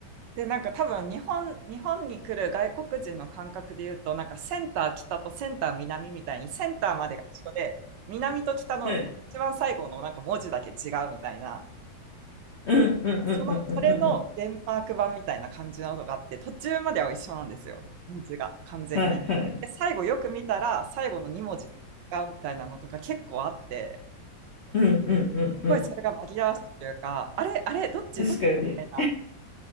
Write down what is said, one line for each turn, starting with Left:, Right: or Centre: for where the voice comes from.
Right: で、なんか多分日本、日本に来る外国人の感覚で言うと、なんかセンター北とセンター南みたいに、センターまでが一緒で、南と北の一番最後のなんか文字だけ違うみたいな、
Left: う。はい。うんうんうんうんうんうん
Right: その、それのデンマーク版みたいな感じの音があって、途中までは一緒なんですよ、文字が完全に。
Left: はいはい。
Right: で、最後よく見たら、最後の2文字がみたいなのとか結構あって、
Left: うんうん
Right: すごいそれが紛らわしいというか、
Left: うん
Right: あれ、あれ、どっち、
Left: うん。
Right: どっちみたいな、
Left: 確かに。